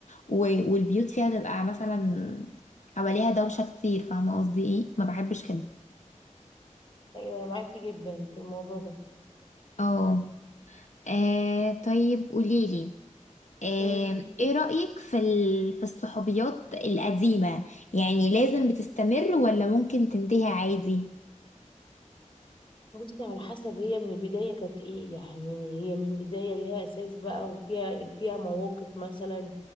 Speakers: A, on the left; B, on the left.
A: و... والبيوت فيها تبقى مثلا حواليها دوشه كتير فاهمه قصدي ايه ما بحبش كده
B: ايوه انا معاكي جدا في الموضوع ده
A: اه آه، طيب قوليلي آم،
B: امم
A: ايه رأيك في ال... في الصحوبيات القديمة يعني لازم بتستمر ولا ممكن تنتهي عادي
B: بصي على حسب هي من البدايه كانت ايه يعني هي من البدايه ليها اساس بقى وفيها فيها مواقف مثلا